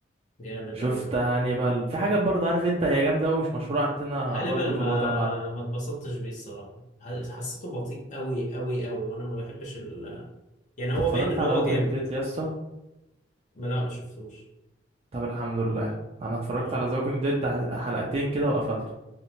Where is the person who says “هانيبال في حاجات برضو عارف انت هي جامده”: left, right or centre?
Right